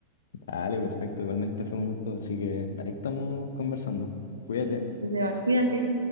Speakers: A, on the left (about 65°); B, on the right (about 80°).
A: dale, perfecto. Igualmente fue un gusto, así que ahí estamos conversando. Cuídate.
B: Entonces, Sebas, cuídate.